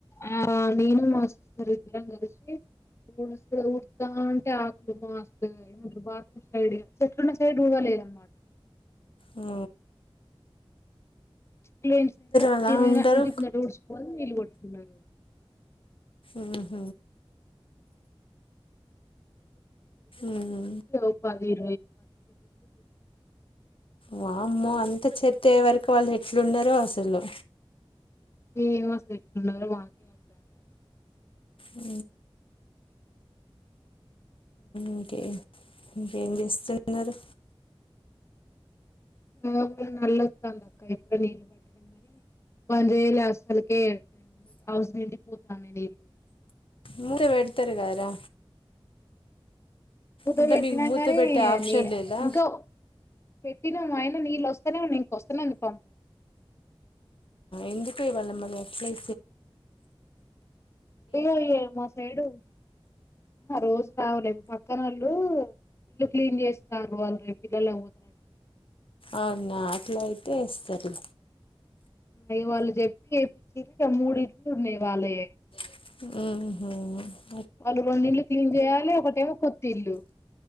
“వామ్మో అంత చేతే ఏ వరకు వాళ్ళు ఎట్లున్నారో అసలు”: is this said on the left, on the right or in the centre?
Left